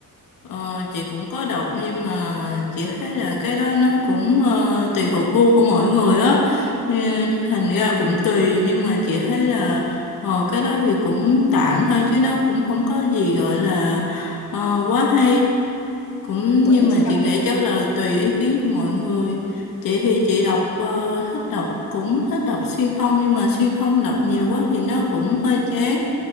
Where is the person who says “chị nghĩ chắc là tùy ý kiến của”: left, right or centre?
Left